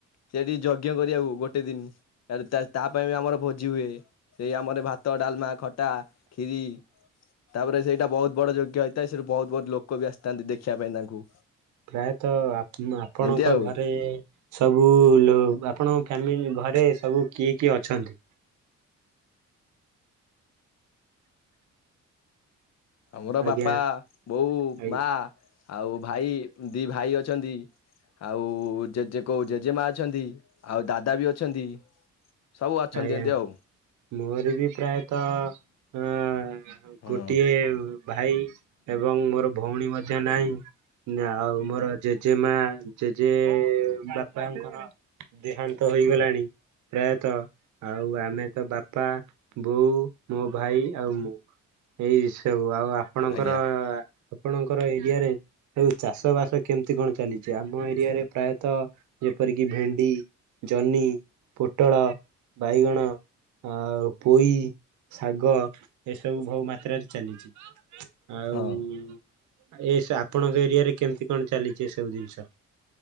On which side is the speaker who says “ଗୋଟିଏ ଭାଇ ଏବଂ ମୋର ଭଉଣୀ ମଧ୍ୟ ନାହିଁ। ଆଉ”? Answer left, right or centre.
Right